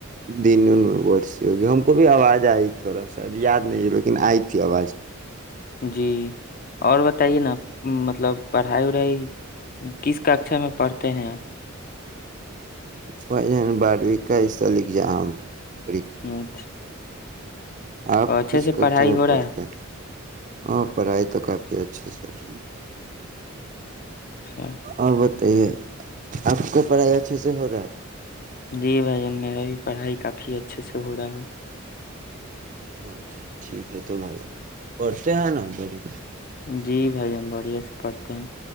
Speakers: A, on the right; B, on the left.
A: دن میں ورسی ہو گی ہم کو بھی آواز آئی تھوڑا سا یاد نہیں لیکن آئی تھی آواز
B: جی اور بتائیے نا مطلب پڑھائی وڑھائی کس ککشا میں پڑھتے ہیں آپ
A: وہ جن بارو کاسلگزام <unintelligible>
B: اچھا
A: آپ
B: اور اچھے
A: کس
B: سے
A: ککشا
B: پڑھائی
A: میں
B: ہو رہا
A: پڑھتے؟
B: ہے
A: ہاں پڑھائی تو کافی اچھی سے اور
B: اچھا
A: آ بت <unintelligible> تو یہ آپ کو پڑھائی اچھے سے ہو رہا ہے
B: جی بھائی جان میرا بھی پڑھائی کافی اچھے سے ہو رہا ہے
A: اچھا ٹھیک ہے تو بائی ج پڑھتے ہیں نا بری <unintelligible>
B: جی بھائی جان بڑھیا سے پڑتے ہیں